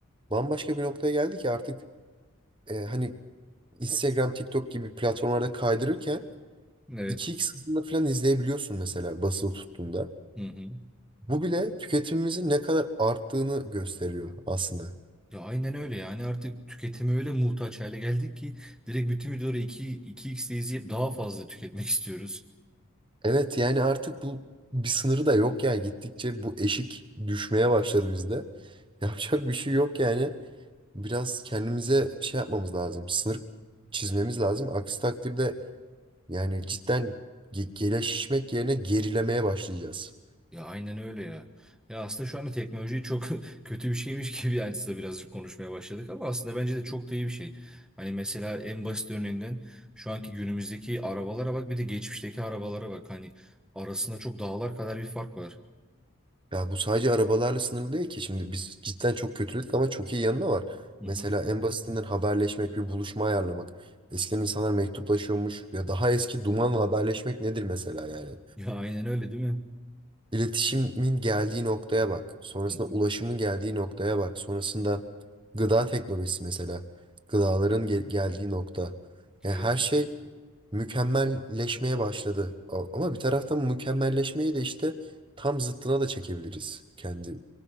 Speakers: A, on the right; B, in the centre.
A: bambaşka bir noktaya geldi ki artık e, hani Instagram, TikTok gibi platformlarda kaydırırken
B: Evet.
A: iki x hızında falan izleyebiliyorsun mesela basılı tuttuğunda.
B: Hı hı.
A: Bu bile tüketimimizin ne kadar arttığını gösteriyor aslında.
B: Ya aynen öyle yani artık tüketime öyle muhtaç hale geldik ki direkt bütün videoları iki 2x'de izleyip daha fazla tüketmek <laughs> istiyoruz.
A: Evet yani artık bu bir sınırı da yok yani gittikçe bu eşik düşmeye başladı bizde. <laughs> Yapacak bir şey yok yani. biraz kendimize şey yapmamız lazım. Sınır çizmemiz lazım. Aksi takdirde yani cidden ge- gelişmek yerine gerilemeye başlayacağız.
B: Ya aynen öyle ya. Ya aslında şu anda teknoloji çok <laughs> kötü bir şeymiş gibi yani size birazcık konuşmaya başladık ama aslında bence de çok da iyi bir şey. Hani mesela en basit örneğinden şu anki günümüzdeki arabalara bak bir de geçmişteki arabalara bak. Hani arasında çok dağlar kadar bir fark var.
A: Ya bu sadece arabalarla sınırlı değil ki. Şimdi biz cidden çok kötüledik ama çok iyi yanı da var.
B: Hı
A: Mesela
B: hı. <laughs>
A: en basitinden haberleşmek, bir buluşma ayarlamak. Eskiden insanlar mektuplaşıyormuş. Ya daha eski dumanla haberleşmek nedir mesela yani?
B: Ya aynen öyle değil mi?
A: İletişimin geldiği noktaya bak. Sonrasında
B: Hı hı.
A: ulaşımın geldiği noktaya bak. Sonrasında gıda teknolojisi mesela. Gıdaların gel- geldiği nokta. Yani
B: Evet.
A: her şey mükemmelleşmeye başladı. A- Ama bir taraftan mükemmelleşmeyi de işte tam zıttına da çekebiliriz. Kendi